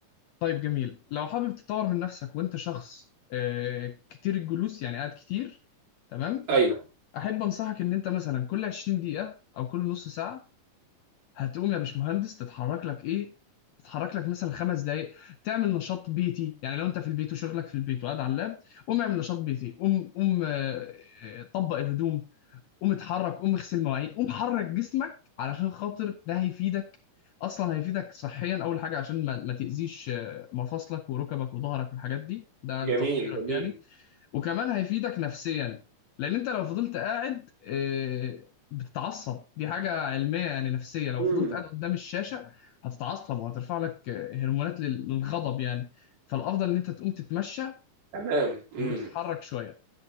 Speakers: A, on the left (about 75°); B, on the right (about 75°).
A: طيب جميل لو حابب تطور من نفسك وانت شخص آه، كتير الجلوس يعني قاعد كتير تمام
B: ايوه
A: احب انصحك ان انت مثلا كل 20 دقيقه او كل نص ساعه هتقوم يا باشمهندس تتحرك لك ايه تتحرك لك مثلا خمس دقايق تعمل نشاط بيتي يعني لو انت في البيت وشغلك في البيت وقاعد على اللاب قوم اعمل نشاط بيتي قوم قوم آه، آه، طبق الهدوم قوم اتحرك قوم اغسل مواعين قوم حرك جسمك علشان خاطر ده هيفيدك اصلا هيفيدك صحيا اول حاجه عشان ما, ما تاذيش آه، مفاصلك وركبك وظهرك والحاجات دي ده
B: جميل
A: لتطويرك
B: جميل
A: يعني وكمان هيفيدك نفسيا لان انت لو فضلت قاعد آه، بتتعصب دي حاجه علميه يعني نفسيه لو
B: امم
A: فضلت قاعد قدام الشاشه هتتعصب وهترفع لك آه، هرمونات لل- للغضب يعني فالافضل ان انت تقوم تتمشى
B: تمام امم
A: وتتحرك شويه